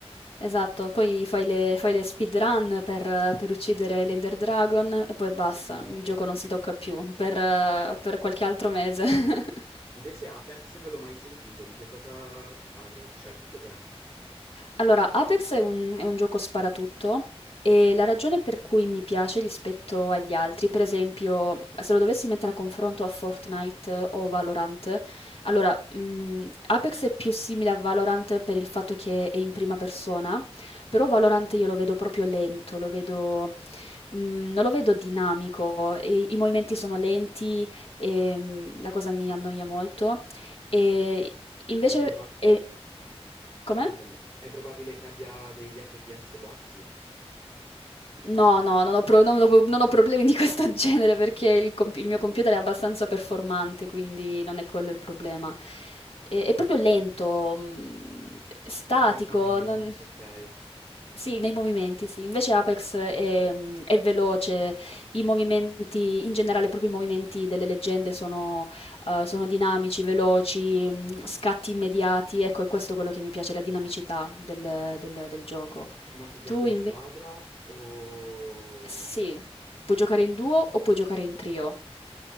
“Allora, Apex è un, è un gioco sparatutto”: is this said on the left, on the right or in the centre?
Left